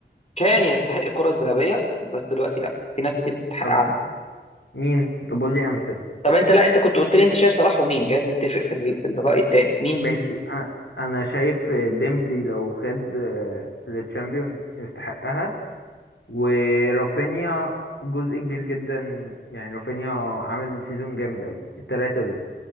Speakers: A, on the left; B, on the left.
A: كان يستحق الكرة الذهبية بس دلوقتي لا في ناس كتير تستحق
B: طب
A: عنه
B: مين طب قول لي امثله
A: طب انت لا انت كنت قلت لي انت شايف صلاح ومين جايز نتفق في ال- في الرأي التاني مين
B: ماشي انا انا شايف ديمبلي لو خد آه، التشامبيون يستحقها ورافينيا جزء كبير جدا يعني رافينيا عامل سيزون جامد قوي التلاتة دول